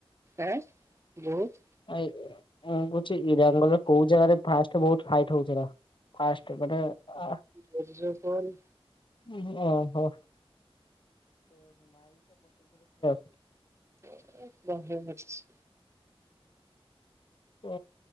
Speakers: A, on the right (about 25°); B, on the left (about 55°).
A: ଆଁ ବହୁତ।
B: ଆଇଁ ମୁଁ କହୁଛି ଇରାନର କୋଉ ଜାଗାରେ ଫାଷ୍ଟ ବହୁତ ଫାଇଟି ହଉଥିଲା। ପାଷ୍ଟେ ମାନେ ଆଁ।
A: ଭୋଜି ଦେଇ କଲ
B: ଉୁଁ ହୁଁ ଅହୋ <unintelligible>
A: ଏହେ ଶହେ ପଚିଶି।
B: ଓ